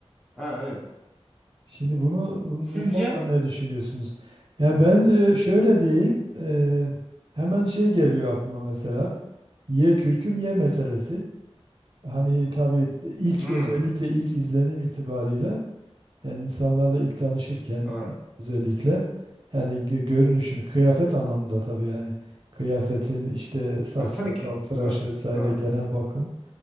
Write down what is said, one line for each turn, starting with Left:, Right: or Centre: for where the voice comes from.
Centre: ha evet.
Right: Şimdi bunu bun-
Centre: Sizce?
Right: bu konuda ne düşünüyorsunuz? Ya ben e, şöyle diyeyim, e, hemen şey geliyor aklıma mesela. Ye kürküm ye meselesi. Hani tabii ilk
Centre: Hmm,
Right: özellikle ilk izlenim itibarıyla yani insanlarla ilk tanışırken
Centre: doğru.
Right: özellikle yani gö- görünüşünü kıyafet anlamında tabii yani kıyafetin işte saç
Centre: Ha,
Right: sakal
Centre: tabii ki.
Right: tıraş
Centre: Doğru.
Right: vesaire
Centre: Doğru.
Right: genel bakım